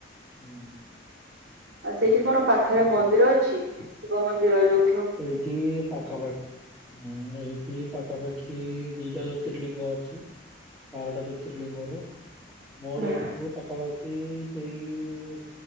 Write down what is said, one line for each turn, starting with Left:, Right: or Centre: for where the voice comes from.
Centre: ହଁ।
Right: ଆଉ ସେଇଠି କଣ ପାଖରେ ମନ୍ଦିର ଅଛି? ଶିବ ମନ୍ଦିର ଯୋଉ
Centre: ଏଇଠି ପାଖାପା ହୁଁ, ଏଇଠି ପାଖାପାଖି ଦିଟା ଜ୍ୟୋତିର୍ଲିଙ୍ଗ ଅଛି। ବାରଟା ଜ୍ୟୋତିର୍ଲିଙ୍ଗ ରୁ ମୋ
Right: ହୁଁ
Centre: ରୁମ୍ ଠୁ ପାଖାପାଖି କି ସେଇ